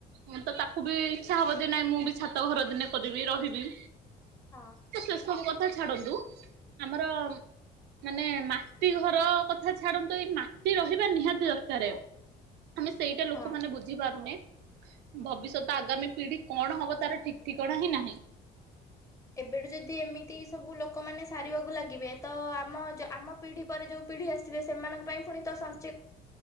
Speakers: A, on the right; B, on the left.
A: ମ ତ ତାକୁ ବି ଇଚ୍ଛା ହବ ଯେ ନାଇଁ ମୁଁ ବି ଛାତ ଘର ଦିନେ ଖୋଜିବି ରହିବି।
B: ହଁ।
A: ତ ସେ ସବୁ କଥା ଛାଡନ୍ତୁ। ଆମର ମାନେ ମାଟି ଘର କଥା ଛାଡନ୍ତୁ ଏଇ ମାଟି ରହିବା ନିହାତି ଦରକାରେ। ଆମେ ସେଇଟା ଲୋକ
B: ହଁ।
A: ମାନେ ବୁଝି ପାରୁନେ। ଭବିଷ୍ୟତ ଆଗାମୀ ପିଢି କଣ ହବ ତାର ଠିକ ଠିକଣା ହିଁ ନାହିଁ।
B: ଏବେଠୁ ଯଦି ଏମିତି ସବୁ ଲୋକମାନେ ସାରିବାକୁ ଲାଗିବେ ତ ଆମ ଯ ଆମ ପିଢ଼ି ପରେ ଯଉ ପିଢ଼ି ଆସିବେ ସେମାନଙ୍କ ପାଇଁ ପୁଣି ତ ସଂ